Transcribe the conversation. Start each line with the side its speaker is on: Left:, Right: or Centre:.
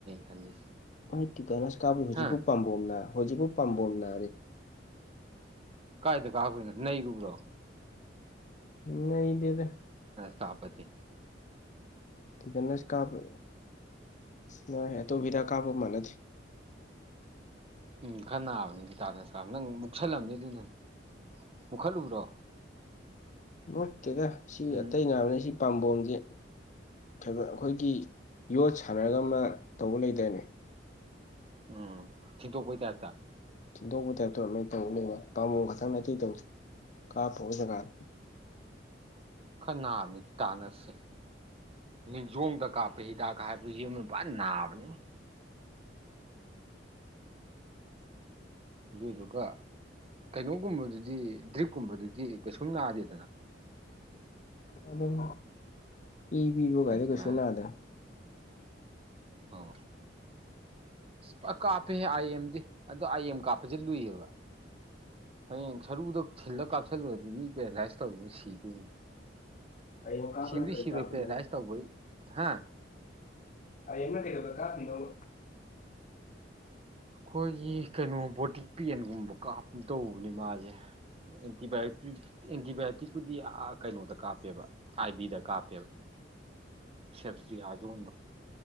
Right: ꯈꯜꯂꯤꯁꯦ
Left: ꯃꯥꯏ ꯇꯤꯇꯥꯅꯁ ꯀꯥꯕ ꯍꯧꯖꯤꯛꯕꯨ
Right: ꯍꯥ
Left: ꯄꯝ ꯄꯣꯝ ꯅ ꯍꯣꯖꯤꯛꯕꯨ ꯄꯥꯝꯕꯣꯝꯅ
Right: ꯀꯥꯏꯗ ꯀꯥꯕꯩꯅꯣ ꯅꯩꯔꯨꯕ꯭ꯔꯣ
Left: ꯅꯗꯦꯗ
Right: ꯇꯄꯅꯦ
Left: ꯕꯦꯅꯁ ꯀꯕ ꯅꯣꯏ ꯑꯗꯨ ꯍꯤꯗꯥꯛ ꯀꯥꯕ ꯃꯅꯗꯤ
Right: ꯎꯝ ꯈꯔ ꯅꯥꯕꯅꯤ ꯗꯤꯗꯅꯁ ꯀꯥ ꯅꯪ ꯃꯨꯛꯁꯜꯂꯝꯅꯤ ꯑꯗꯨꯅꯅꯤ ꯃꯨꯛꯈꯠꯂꯨꯕ꯭ꯔꯣ
Left: ꯑꯝ ꯀꯦꯗ ꯁꯤ
Right: ꯎꯝ
Left: ꯑꯇꯩꯅ ꯅꯥꯕꯅꯦ ꯁꯤ ꯄꯥꯝꯕꯣꯝꯖꯦ ꯊꯕ ꯑꯈꯣꯏꯒꯤ ꯌꯣꯠ ꯁꯥꯟꯅꯔꯒ ꯑꯃ ꯇꯧꯕ ꯂꯩꯗꯥꯏꯅꯦ
Right: ꯎꯝ ꯊꯤꯟꯗꯣꯛꯄꯩ ꯇꯥꯏꯞꯇ
Left: ꯊꯤꯟꯗꯣꯛꯄ ꯇꯥꯏꯞꯇꯣ ꯂꯣꯏꯟ ꯇꯧ ꯂꯩꯕꯋꯥꯟ ꯄꯥꯝꯕꯣꯝ ꯈꯛꯇꯪ ꯑꯇꯩ ꯇꯧꯗꯦ ꯀꯥꯞꯄꯕ ꯖꯒꯥꯗ
Right: ꯈ ꯅꯥꯕꯅꯤ ꯇꯤꯇꯅꯁꯁꯦ ꯅꯤꯡꯖꯣꯡꯗ ꯀꯥꯞꯄꯦ ꯍꯤꯗꯥꯛꯒ ꯍꯥꯏꯕꯗꯨ ꯌꯦꯝꯔꯨꯝ ꯄꯟ ꯅꯥꯕꯅꯦꯉꯣ ꯑꯗꯨꯗꯨꯒ ꯀꯩꯅꯣꯒꯨꯝꯕꯗꯨꯗꯤ ꯗ꯭ꯔꯤꯞꯀꯨꯝꯕꯗꯨꯗꯤ ꯀꯩꯁꯨꯝ ꯅꯥꯗꯦꯗꯅ
Left: ꯑꯗꯨꯝ ꯏ ꯄꯤꯕ ꯀꯥꯏꯗꯨ
Right: ꯑꯗꯨꯃꯥꯏꯅ
Left: ꯀꯩꯁꯨ ꯅꯥꯗ
Right: ꯑꯣ ꯄ ꯀꯥꯞꯄꯦꯍꯦ ꯑꯥꯏ ꯑꯦꯝꯗꯤ ꯑꯗꯣ ꯑꯥꯏ ꯑꯦꯝ ꯀꯥꯞꯄꯖꯤ ꯂꯨꯏꯌꯦꯕ ꯍꯌꯦꯡ ꯁꯔꯨꯗ ꯊꯤꯜꯂ ꯀꯥꯞꯁꯤꯜꯂꯨꯔꯗꯤ ꯃꯤ ꯄꯦꯔꯥꯂꯥꯏꯁ ꯇꯧꯗꯨꯅ ꯁꯤꯗꯣꯏꯅꯤ
Left: ꯑꯌꯦꯡ ꯀꯥꯞꯄꯅ
Right: ꯁꯤꯕꯔꯤ
Left: ꯀꯔꯤ
Right: ꯁꯤꯔꯣꯏ
Left: ꯀꯥꯞꯄꯤꯅꯣ
Right: ꯄꯦꯔ ꯂꯥꯏꯁ ꯇꯧꯕꯩ ꯍꯥ
Left: ꯑ ꯌꯦꯝꯒ ꯀꯩꯒꯕ ꯀꯥꯞꯄꯤꯅꯣꯕ
Right: ꯈꯣꯏꯒꯤ ꯀꯩꯅꯣ ꯕꯣꯗꯤ ꯄꯦꯟꯒꯨꯝꯕ ꯀꯥꯞꯀꯨꯝ ꯇꯧꯕꯅꯦ ꯃꯥꯖꯦ ꯑꯦꯟꯇꯤꯕꯥꯏꯌꯨꯇꯨꯏ ꯑꯦꯟꯇꯤꯕꯥꯏꯌꯣꯇꯤꯛꯄꯨꯗꯤ ꯑ ꯀꯩꯅꯣꯗ ꯀꯥꯞꯄꯦꯕ ꯑꯥꯏ ꯕꯤꯗ ꯀꯥꯞꯄꯦꯕ ꯁꯦꯞꯁꯇ꯭ꯔꯤꯌ ꯖꯣꯟꯗꯣ